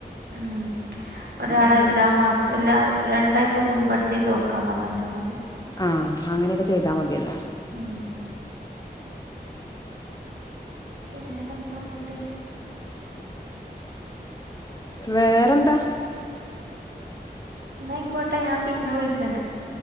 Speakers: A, on the right (about 80°); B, on the left (about 25°).
A: ഉം ഒരാളെ
B: ആകുമ്പോൾ
A: എല്ലാ
B: പിന്നെ
A: മാസവും എല്ല രണ്ടാഴ്ച കൂടുമ്പോ അടിച്ച് വാരി തുടക്കാൻ പറഞ്ഞാെച്ചാൽ മതി
B: ആഹ് അങ്ങനെയൊക്കെ ചെയ്താൽ മതിയല്ലോ
A: ഉം വേറെന്താ ന്നിട്ട്
B: വേറെന്താ
A: ന്നായിക്കോട്ടെ ഞാൻ പിന്നെ വിളിച്ചണ്ട്